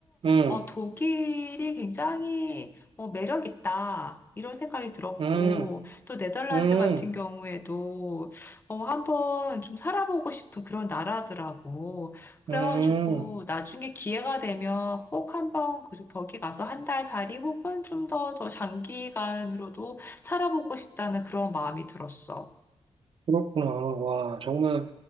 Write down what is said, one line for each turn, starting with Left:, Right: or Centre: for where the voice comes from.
Right: 음.
Left: 어, 독일이 굉장히 어, 매력 있다. 이런 생각이 들었고,
Right: 음,
Left: 또 네덜란드
Right: 음,
Left: 같은 경우에도, 어, 한번 좀 살아보고 싶은 그런 나라더라고. 그래가지고,
Right: 음,
Left: 나중에 기회가 되면 꼭 한번 그, 거기 가서 한 달 살이 혹은 좀 더, 더 장기간으로도 살아보고 싶다는 그런 마음이 들었어.
Right: 그렇구나. 와, 정말